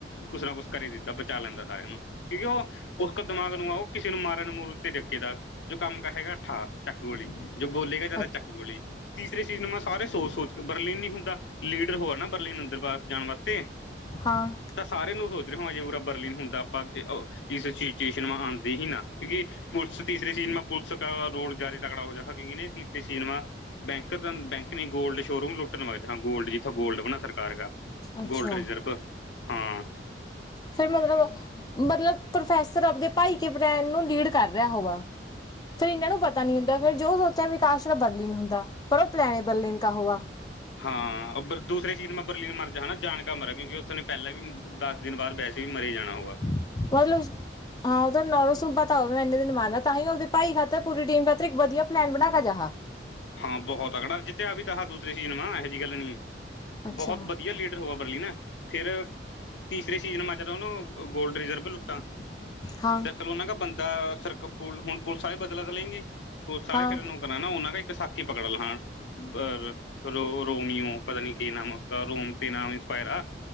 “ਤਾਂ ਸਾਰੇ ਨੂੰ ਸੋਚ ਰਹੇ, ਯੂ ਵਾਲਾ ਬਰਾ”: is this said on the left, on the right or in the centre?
Left